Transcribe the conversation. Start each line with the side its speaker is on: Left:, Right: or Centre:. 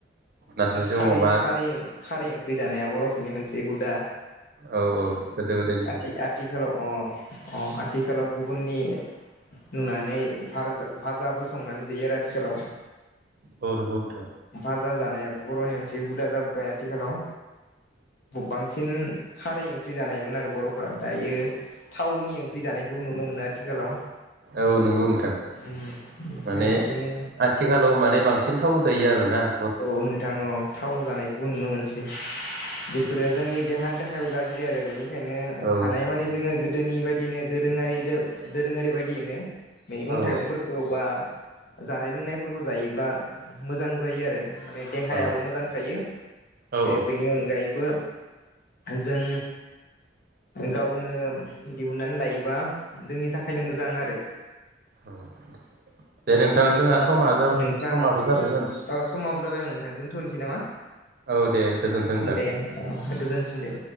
Right: नारजिजों
Left: खारै
Right: अमा
Left: खारै खारै ओंख्रि जानाया बर'फोरनि मोनसे हुदा।
Right: औ औ गोदो गोदायनि
Left: थि आथिखालाव अ अ आथिखालाव गुबुननि नुनानै भारजा भाजाबो संनानै जायो आरो आथिखालाव
Right: औ नंगौ नोंथां
Left: <unintelligible> जा जानायाबो बर'नि मोनसे हुदा जाबोबाय आथिखालाव बांसिन खारै ओंख्रि जानायोन आरो बर' फ्रा दायो थावनि ओंख्रि जानायखौ नुनो मोनो आथिखालाव
Right: औ नंगौ नोंथां
Left: ओमफ्राय
Right: माने
Left: बिदिनो
Right: आथिखालाव माने बांसिन थाव जायो आरो नोंथां।
Left: औ नोंथां औ। थाव जानायखौबो नुनो मोनसै बेफोरो जोंनि देहानि थाखायबो गाज्रि आरो बेनि बेखायनो
Right: औ
Left: हानायमानि जोङो गोदोनि बायदिनो दोरोङारि दोरोङारि बायदियैनो मैगं
Right: औ
Left: थाइगंफोरखौ बा जानाय लोंनायफोरखौ जायोब्ला मोजां जायो आरो माने देहायाबो
Right: औ
Left: मोजां थायो
Right: औ
Left: बेनि अनगायैबो जों गावनो दिहुननानै लायोबा जोंनि थाखायनो मोजां आरो।
Right: औ। दे नोंथां
Left: बिदिब्ला
Right: जोंहा समा जा
Left: नोंथां
Right: समाबो जाबायमोन
Left: ओ समा जाबाय नोंथां दोनथ'नोसै नामा?
Right: औ दे गोजोन्थों नोंथां
Left: दे गोजोन थों दे।